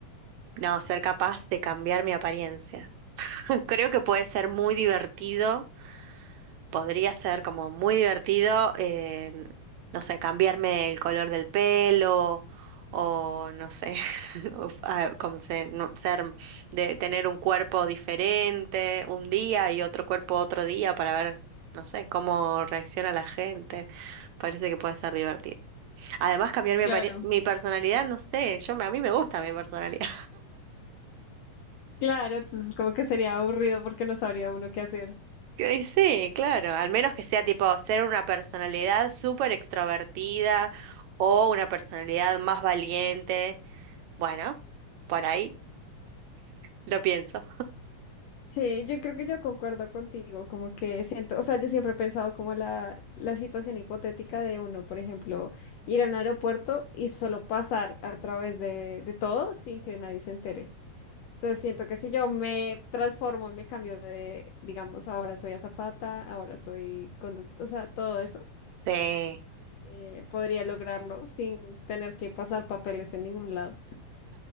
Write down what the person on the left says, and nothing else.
Claro,
claro, entonces como que sería aburrido porque no sabría uno qué hacer.
Sí, yo creo que yo concuerdo contigo, como que siento, o sea, yo siempre he pensado como la, la situación hipotética de uno, por ejemplo, ir a un aeropuerto y solo pasar a través de, de todo sin que nadie se entere. Entonces siento que si yo me transformo y me cambio de, digamos, ahora soy azafata, ahora soy conductor, o sea, todo eso,
eh, podría lograrlo sin tener que pasar papeles en ningún lado.